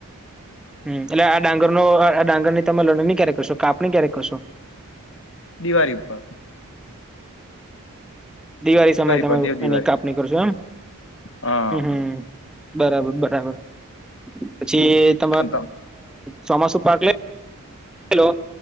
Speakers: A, in the centre; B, on the left.
A: હમ એટલે આ ડાંગર નો આ ડાંગર ની તમે લણણી ક્યારેક કરશો કાપણી ક્યારેક કરશો?
B: દિવાળી પર
A: દિવાળી સમયે તમે
B: પર દેવ દિવાળી
A: એની કાપણી કરશો એમ
B: હા
A: હમ હમ બરાબર બરાબર પછી ત
B: અંત
A: ચોમાસુ પાર્ક લે લો